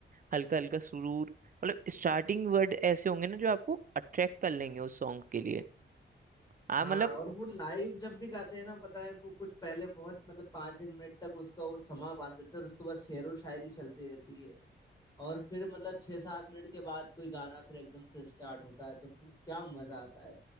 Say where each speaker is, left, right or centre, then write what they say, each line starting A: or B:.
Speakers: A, on the right; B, on the left.
A: हल्का हल्का सुरूर मतलब स्टार्टिंग वर्ड ऐसे होंगे ना जो आपको अट्रैक्ट कर लेंगे उस सॉन्ग के लिए आप
B: हाँ
A: मतलब
B: और वो लाइव जब भी गाते हैं ना पता है वो कुछ पहले बहुत मतलब पांच एक मिनट तक उसका वो समा बांध देते हैं और उसके बाद शेरो शायरी चलती रहती है और फिर मतलब छह सात मिनट के बाद कोई गाना फिर एकदम से स्टार्ट होता है तो फिर क्या मजा आता है